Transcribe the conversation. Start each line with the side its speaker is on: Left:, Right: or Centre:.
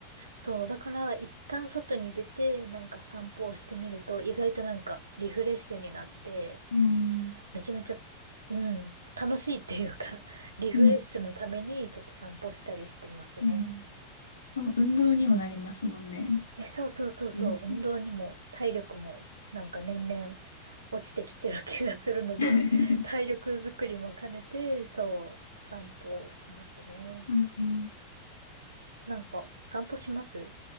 Right: そう、だから一旦外に出てなんか散歩をしてみると意外となんかリフレッシュになって、
Left: うん。
Right: めちゃめちゃ、うん、楽しいっていうか <laughs> リフレッシュのためにちょっと散歩したりしてますね。
Left: うん。うんそう運動にもなりますもんね。
Right: え、そうそうそうそう、
Left: いいですね。
Right: 運動にも体力もなんか年々落ちてきてる気がするので、
Left: <laughs>
Right: 体力づくりも兼ねて、そう、散歩をしますね。
Left: うん
Right: なんか、散歩します